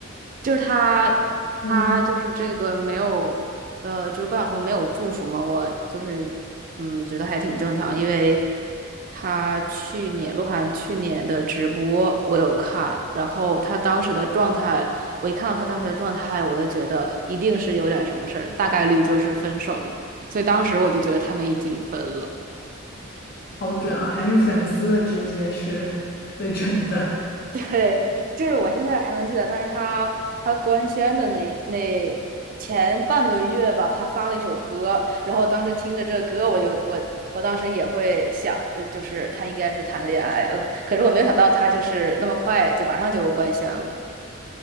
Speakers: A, on the right (about 40°); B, on the left (about 50°).
A: 就是他他就是这个没有呃，
B: 嗯，
A: 就是关晓彤没有祝福嘛，我就是嗯觉得还挺正常，因为他去年鹿晗去年的直播我有看，然后他当时的状态。我一看到他当时的状态，我就觉得一定是有点什么事儿，大概率就是分手了。所以当时我就觉得他们已经分了。
B: 好准啊，还是粉丝的直觉是 <laughs> 最准的。
A: <laughs> 对，就是我现在还能记得，但是他他官宣的那那前半个月吧，他发了一首歌，然后当时听着这歌，我就我我当时也会想，呃就是他应该是谈恋爱了，可是我没有想到他就是那么快就马上就官宣了。